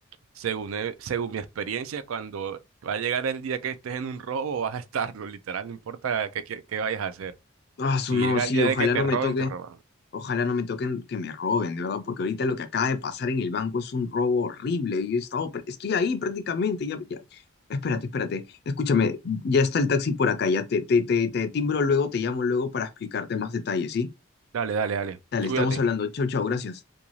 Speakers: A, on the right; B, on the left.
A: según, he- según mi experiencia, cuando va a llegar el día que estés en un robo, vas a estarlo, literal, no importa qué, qué qué vayas a hacer.
B: Ah, su
A: Si
B: no,
A: llega
B: sí,
A: el día
B: ojalá
A: de que te
B: no
A: roben,
B: me toque.
A: te roban.
B: Ojalá no me toquen que me roben, de verdad, porque ahorita lo que acaba de pasar en el banco es un robo horrible. Yo he estado, pr- estoy ahí prácticamente, ya, ya. Espérate, espérate, escúchame, ya está el taxi por acá, ya te, te, te, te timbro luego, te llamo luego para explicarte más detalles, ¿sí?
A: Dale, dale, dale.
B: Dale,
A: Cuídate.
B: estamos hablando. Chau, chau, gracias.